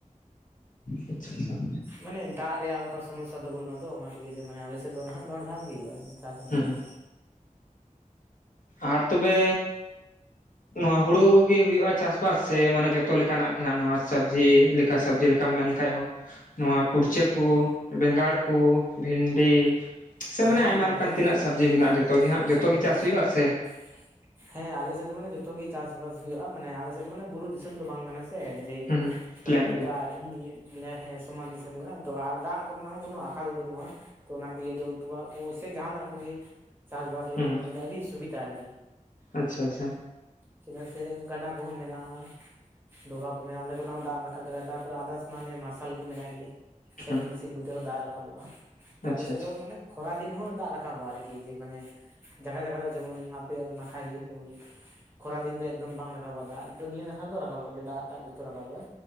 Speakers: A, on the left; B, on the right.
A: ᱟᱪᱪᱷᱟ ᱟᱪᱷᱟ
B: ᱢᱟᱱᱮ ᱫᱟᱜ ᱨᱮᱭᱟᱜ ᱚᱱᱠᱟ ᱥᱚᱢᱚᱥᱥᱟ ᱫᱚ ᱵᱟᱹᱱᱩᱜᱼᱟ ᱟᱛᱚ ᱚᱱᱟ ᱠᱚ ᱤᱭᱟᱹᱛᱮ ᱢᱟᱱᱮ ᱟᱞᱮᱥᱮᱫ ᱫᱚ ᱱᱟᱦᱟᱜ ᱵᱟᱨ ᱫᱷᱟᱣ ᱜᱮ ᱦᱩᱭᱩᱜᱼᱟ ᱪᱟᱥ ᱟᱵᱟᱫᱽ
A: ᱦᱩᱸ
B: ᱠᱚᱫᱚ
A: ᱦᱩᱸ ᱟᱨ ᱛᱚᱵᱮ ᱱᱚᱣᱟ ᱦᱩᱲᱩ ᱜᱤ ᱦᱳᱭᱳᱜᱼᱟ ᱪᱟᱥ ᱵᱟᱥ ᱥᱮ ᱢᱟᱱᱮ ᱡᱚᱛᱚ ᱞᱮᱠᱟᱱᱟᱜ ᱜᱮ ᱦᱟᱸᱜ ᱱᱚᱣᱟ ᱥᱚᱵᱽᱡᱤ ᱞᱮᱠᱟ ᱥᱚᱵᱡᱤ ᱞᱮᱠᱟ ᱠᱟᱢ ᱢᱮᱱ ᱞᱮᱠᱷᱟᱡ ᱦᱚᱸ ᱱᱚᱣᱟ ᱠᱩᱲᱪᱟᱹ ᱠᱚ ᱵᱮᱸᱜᱟᱲ ᱠᱚ ᱵᱷᱮᱱᱰᱤ ᱥᱮ ᱢᱟᱱᱮ
B: ᱦᱮᱸ
A: ᱟᱭᱢᱟ ᱞᱮᱠᱟᱱ
B: ᱵᱚᱨᱛᱚᱢᱟᱱ
A: ᱛᱤᱱᱟᱹᱜ ᱥᱚᱵᱽᱡᱤ ᱢᱮᱱᱟᱜᱼᱟ
B: ᱦᱮᱸ
A: ᱡᱚᱛᱚ ᱜᱮ
B: ᱥᱚᱵᱽᱡᱤ
A: ᱦᱟᱜ ᱡᱚᱛᱚ
B: ᱠᱚ
A: ᱜᱮ ᱪᱟᱥ
B: ᱵᱟᱝ
A: ᱦᱩᱭᱩᱜᱼᱟ ᱥᱮ
B: <unintelligible> ᱦᱮᱸ ᱟᱞᱮᱥᱮᱫ ᱫᱚ ᱢᱟᱱᱮ ᱡᱚᱛᱚ ᱜᱮ ᱪᱟᱥᱵᱟᱥ ᱦᱩᱭᱩᱜᱼᱟ ᱢᱟᱱᱮ ᱟᱞᱮᱥᱮᱫ ᱫᱚ ᱢᱟᱱᱮ ᱵᱩᱨᱩ ᱫᱤᱥᱚᱢ ᱫᱚ ᱵᱟᱝ ᱠᱟᱱᱟ ᱥᱮ ᱡᱮ
A: ᱦᱩᱸ
B: ᱢᱟᱱᱮ
A: ᱯᱞᱮᱱ
B: ᱱᱮᱠᱟ
A: ᱨᱮ
B: ᱱᱮ ᱦᱮᱸ ᱥᱚᱢᱟᱱ ᱫᱤᱥᱚᱢ ᱠᱟᱱᱟ ᱛᱚ ᱟᱨ ᱫᱟᱜ ᱠᱚᱨᱮᱱᱟᱜ ᱦᱚᱸ ᱠᱳᱱᱚ ᱟᱠᱟᱞ ᱵᱟᱱᱩᱜᱼᱟ ᱛᱚ ᱚᱱᱟ ᱠᱚ ᱤᱭᱟᱹ ᱫᱚ ᱴᱚᱣᱟᱜ ᱠᱚ ᱥᱮ ᱡᱟᱦᱟᱱᱟᱜ ᱠᱚᱜᱮ ᱪᱟᱥᱵᱟᱥ ᱞᱟᱹᱜᱤᱫ
A: ᱦᱩᱸ
B: ᱫᱚ ᱢᱟᱱᱮ ᱟᱹᱰᱤ ᱥᱩᱵᱤᱫᱷᱟ ᱟᱨᱠᱤ
A: ᱟᱪᱪᱷᱟ ᱟᱪᱪᱷᱟ
B: ᱪᱮᱫᱟᱜ ᱥᱮ ᱜᱟᱰᱟ ᱠᱚᱦᱚᱸ ᱢᱮᱱᱟᱜᱼᱟ ᱰᱚᱵᱷᱟ ᱠᱚ ᱢᱮᱱᱟᱜᱼᱟ ᱚᱸᱰᱮ ᱠᱷᱚᱱᱟᱜ ᱦᱚᱸ ᱫᱟᱜ ᱮᱢ ᱨᱟᱠᱟᱵ ᱫᱟᱲᱮᱭᱟᱜᱼᱟ ᱛᱟᱨᱯᱚᱨᱮ ᱟᱫᱟᱥ ᱢᱟᱱᱮ ᱢᱟᱨᱥᱟᱞ ᱠᱚ ᱢᱮᱱᱟᱜ ᱜᱮᱭᱟ ᱪᱷᱮᱞᱳ
A: ᱦᱩᱸ
B: ᱢᱤᱥᱤᱱ ᱠᱚᱛᱮ ᱦᱚᱸ ᱫᱟᱜ ᱨᱟᱠᱟᱵᱚᱜᱼᱟ ᱛᱚ
A: ᱟᱪᱪᱷᱟ
B: ᱟᱞᱮᱥᱮᱫ
A: ᱟᱪᱪᱷᱟ
B: ᱫᱚ ᱢᱟᱱᱮ ᱠᱷᱚᱨᱟ ᱫᱤᱱ ᱦᱚᱸ ᱫᱟᱜ ᱨᱟᱠᱟᱵᱚᱜ ᱟᱨᱠᱤ ᱡᱮ ᱢᱟᱱᱮ ᱡᱟᱭᱜᱟ ᱡᱟᱭᱜᱟ ᱫᱚ ᱡᱮᱢᱚᱱ ᱟᱯᱮ ᱱᱟᱠᱷᱟ ᱡᱮᱢᱚᱱ ᱠᱷᱚᱨᱟ ᱫᱤᱱ ᱫᱚ ᱮᱠᱫᱚᱢ ᱵᱟᱝ ᱨᱟᱠᱟᱵᱚᱜᱼᱟ ᱫᱟᱜ ᱱᱤᱭᱟᱹ ᱱᱟᱠᱷᱟᱱ ᱫᱚ ᱨᱟᱠᱟᱵᱚᱜ ᱜᱮ ᱫᱟᱜ ᱴᱟᱜ ᱡᱚᱛᱚ ᱨᱟᱠᱟᱵᱚᱜᱼᱟ᱾